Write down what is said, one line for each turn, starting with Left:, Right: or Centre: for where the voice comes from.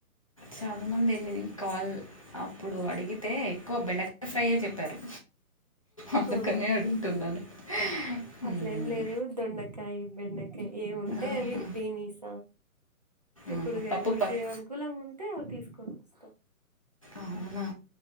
Left: చాలా మంది ఏంది ఇది కాల్ అప్పుడు అడిగితే ఎక్కువ బెండకాయ ఫ్రైయ అని చెప్పారు అందుకనే
Right: అవునా
Left: అడుగుతున్నాను మ్మ్.
Right: అట్లేం లేదు దొండకాయ బెండకాయ ఏం ఉంటె
Left: ఆహా,
Right: అవి బిర్నిస చిక్కుడుకాయా
Left: ఆహా. పప్పు
Right: మనకి
Left: పక్
Right: ఏం అనుకూలంగా ఉంటే అవి తీసుకొని అస్త
Left: అవునా